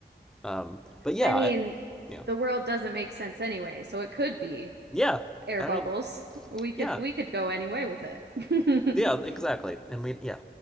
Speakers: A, in the centre; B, on the right.
A: Um, but yeah,
B: I mean,
A: I, yeah,
B: the world doesn't make sense anyway, so it could be
A: yeah.
B: air
A: I
B: bubbles.
A: mean,
B: We could
A: yeah,
B: we could go any way with it.
A: yeah,
B: <laughs>
A: exactly. And we, yeah,